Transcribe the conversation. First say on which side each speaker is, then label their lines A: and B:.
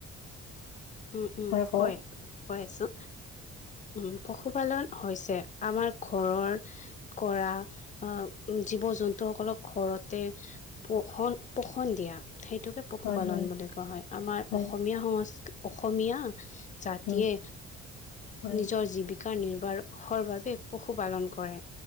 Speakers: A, on the left (about 25°); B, on the left (about 80°).
A: উম উম
B: হয় কওক
A: কয় কৈ আছো উম পশুপালন হৈছে আমাৰ ঘৰৰ কৰা আহ জীৱ জন্তু সকলক ঘৰতে পোষন পোষণ দিয়া সেই এইটোকে পশুপালন
B: হয় হয়
A: বুলি কোৱা হয় আমাৰ
B: হয়
A: অসমীয়া সং অসমীয়া জাতিয়ে
B: উম হয়
A: নিজৰ জীৱিকা নিৰ্বাহৰ বাবে পশুপালন কৰে